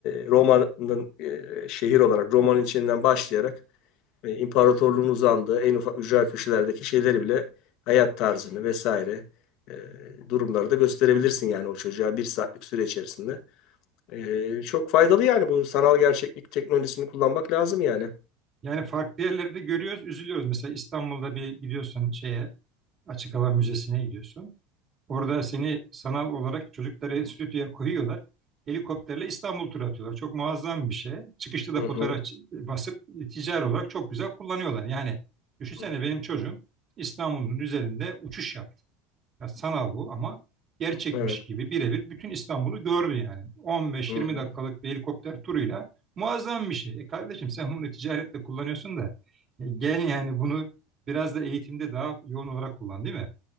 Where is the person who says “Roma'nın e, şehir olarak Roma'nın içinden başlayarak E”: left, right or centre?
Left